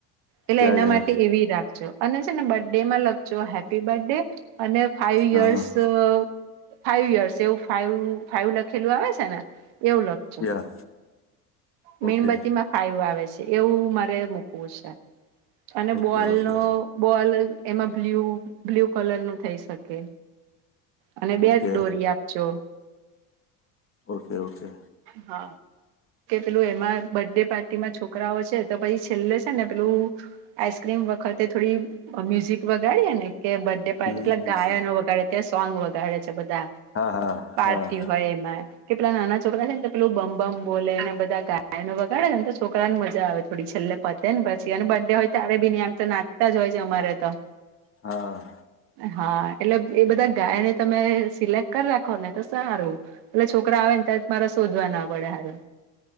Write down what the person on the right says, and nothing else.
એટલે
એના
માટે એવી રાખજો અને છેને બડેમાં લખજો હેપી બડે અને ફાઈવ
યરસ
અ ફાઈવ યર્સ એવું ફાઇવ ફાઈવ લખેલું આવે છેને એવું લખ છે,
મીણબત્તીમાં
ફાઈવ આવે છે એવું મારે મૂકવું છે અને
બોલનો
બોલ એમાં બ્લ્યુ બ્લ્યુ કલરનું થઈ શકે. અને બેટ
દોરી આપજો.
હા. કે પેલું એમાં બર્ડે પાર્ટીમાં છોકરાઓ છે તો પહી છેલ્લે છેને પેલું આઈસક્રીમ વખતે થોડી મ્યુઝિક વગાડીએને કે બડે પાર
પેલા
ગાયનો
વગાડે તે સોંગ વગાડે છે બધા
પાર્ટી
હોય એમાં. કે પેલા નાના છોકરા છેન તો પેલું બમ બમ બોલેને બધા ગાયનો વગાડેને તો છોકરા ન મજા આવે થોડી છેલે પતે ન પછી અને બડે હોય ત્યારે બી ન એમ તો નાચતા જ હોય છે અમારે તો.
હા એટલે એ બધા ગાયને તમે સિલેક્ટ કર રાખો ને તો સારું. પેલા છોકરા આવે ન ત્યારે મારા શોધવા ના પડે હારુ.